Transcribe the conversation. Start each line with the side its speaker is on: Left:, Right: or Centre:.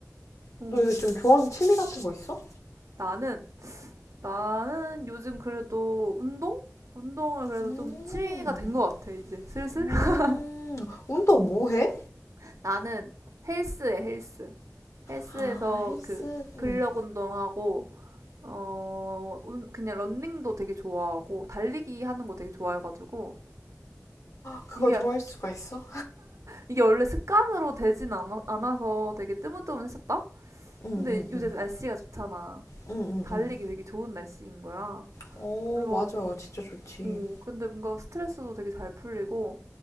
Right: 어.
Left: 너 요새 좀 좋아하는 취미 같은 거 있어?
Right: 나는, 나는 요즘 그래도 운동? 운동을 그래도
Left: 음.
Right: 좀 취미가 된 것 같아, 이제. 슬슬.
Left: 음.
Right: <laughs>
Left: 운동
Right: 음.
Left: 뭐 해?
Right: 나는 헬스에 헬스. 헬스에서
Left: 아, 헬스.
Right: 그 근력
Left: 음.
Right: 운동하고, 어, 운- 그냥 런닝도 되게 좋아하고, 달리기 하는 거 되게 좋아해가지고,
Left: 그걸
Right: 이게
Left: 좋아할 수가 있어?
Right: 이게 원래 습관으로 되진 않아, 않아서 되게 뜨문뜨문했었다?
Left: 음,
Right: 근데
Left: 음,
Right: 요새
Left: 음.
Right: 날씨가 좋잖아.
Left: 음, 음,
Right: 달리기
Left: 음.
Right: 되게 좋은 날씨인 거야.
Left: 어,
Right: 그래가지고,
Left: 맞아. 진짜 좋지.
Right: 오, 근데 뭔가 스트레스도 되게 잘 풀리고,